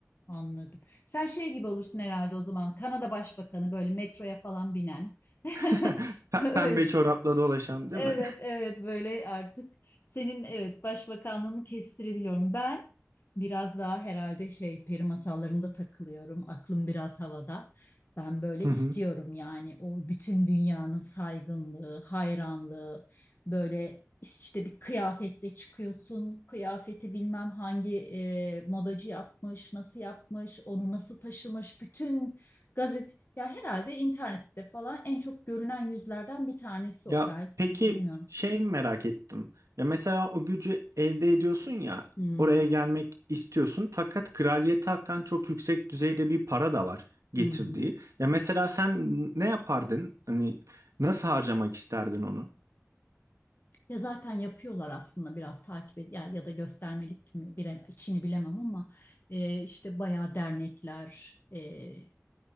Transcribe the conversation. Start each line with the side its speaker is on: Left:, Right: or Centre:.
Left: Anladım. Sen şey gibi olursun herhalde o zaman Kanada Başbakanı böyle metroya falan binen. <laughs>
Right: <laughs> Pe-
Left: Öyle,
Right: Pembe çorapla dolaşan değil
Left: Evet,
Right: mi?
Left: evet böyle artık senin evet başbakanlığını kestirebiliyorum. Ben biraz daha herhalde şey peri masallarında takılıyorum. Aklım biraz havada. Ben böyle
Right: <laughs> Hı hı.
Left: istiyorum yani o bütün dünyanın saygınlığı, hayranlığı böyle işte bir kıyafetle çıkıyorsun. Kıyafeti bilmem hangi e, modacı yapmış, nasıl yapmış, onu nasıl taşımış. Bütün gazete ya herhalde internette falan en çok görünen yüzlerden bir tanesi
Right: Ya
Left: o. Ben
Right: peki
Left: bilmiyorum.
Right: şey merak ettim. Ya mesela o gücü elde ediyorsun ya
Left: Hmm,
Right: oraya gelmek istiyorsun fakat kraliyete hakan çok yüksek düzeyde bir para da var getirdiği.
Left: hı hı.
Right: Ya mesela sen ne yapardın? Hani nasıl harcamak isterdin onu?
Left: Ya zaten yapıyorlar aslında biraz takip et ya ya da göstermelik mi bile, içini bilemem ama e, işte bayağı dernekler, e, e,